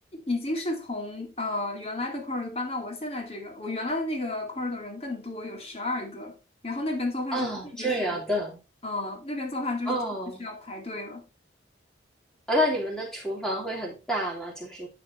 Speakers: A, on the left; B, in the centre.
A: 已经是从呃原来的 corridor 搬到我现在这个，我原来的那个 corridor 人更多，有十二个，然后那边做饭是真的就是，
B: 哦，这样的，
A: 嗯、那边做饭就是真的是要排队了。
B: 哦。啊，那你们的厨房会很大吗？就是